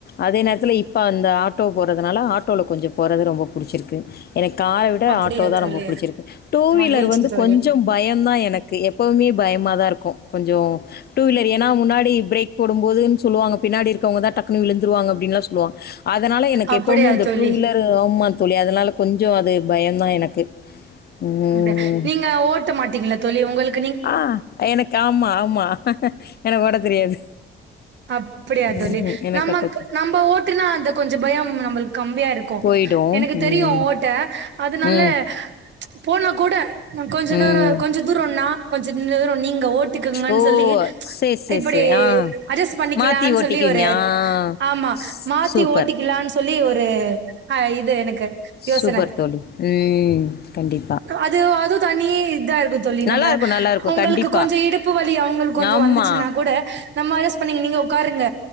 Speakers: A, on the left; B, on the right.
A: அதே நேரத்தில இப்ப அந்த ஆட்டோ போறதுனால ஆட்டோல கொஞ்சம் போறது ரொம்ப பிடிச்சிருக்கு எனக் கார விட
B: அப்படியா
A: ஆட்டோ தா
B: தோழி
A: ரொம்ப புடிச்சிருக்கு டூவீலர்
B: மகிழ்ச்சி
A: வந்து
B: தோழி
A: கொஞ்ச பயந்தா எனக் எப்பவுமே பயமா தா இருக்கு கொஞ்சோ டூ வீலர் ஏ ன்னா முன்னாடி பிரேக் போடும்போதுன்னு சொல்வாங்க பின்னாடி இருக்கவங்க தா டக்குன்னு விழுந்துருவாங்க அப்டின்னுல்லா சொல்லுவாங்க அதனால எனக்கு
B: அப்படியா
A: எப்போவுமே அந்த
B: தோழி
A: டூ வீலர் ஆமான் தோழி அதனால கொஞ்சோ அது பயம்தா எனக்கு ம்.
B: அப்டியா நீங்க ஓட்ட மாட்டீங்ளா தோழி உங்களுக்
A: ஆ எனக்கு ஆமா ஆமா எனக்கு ஓட்ட தெரியாது
B: அப்படியா
A: ம்ஹ்ம்.
B: தோழி
A: எனக்கு
B: நம்ம
A: அத
B: நம்ம ஓட்டுனா அந்த கொஞ்ச பயம் நம்மளுக் கம்மியா இருக்கு
A: போயிடும்.
B: எனக்கு
A: ம்.
B: தெரியு ஓட்ட அதனால
A: ம்.
B: போனா கூட கொஞ்ச
A: ம்.
B: நேரோ கொஞ்ச தூரோ னா கொஞ்ச தூரோ நீங்க ஓட் டிக்குங்கன்
A: ஓ!
B: சொல்லி
A: சரி, சரி,
B: இப்படி
A: சரி. ஆ.
B: அட்ஜஸ் பண்ணிக்காலன்
A: மாத்தி ஓட்டிக்குவீங்க.
B: சொல்லி ஒரு
A: ஆ.
B: ஆமா
A: ஸ்
B: மாத்தி
A: சூப்பர்.
B: ஓட்டிக் லான் சொல்லி ஒரு ஹ இது எனக் கு யோசன
A: சூப்பர் தோழி. ம். கண்டிப்பா.
B: அது அதுவு தனி இத்தா இருக் கு தோழி
A: நல்லாருக்கும்,
B: நம்ம
A: நல்லாருக்கும்.
B: அவுங்களுக்கு
A: கண்டிப்பா.
B: கொஞ்ச இடுப்பு வலி அவுங்ளுக் கொஞ்ச
A: ஆமா.
B: வந்துச்சுன்னா கூட நம்ம அஜ்ஜஸ் ப்பண்ணி நீங்க உக்காருங்க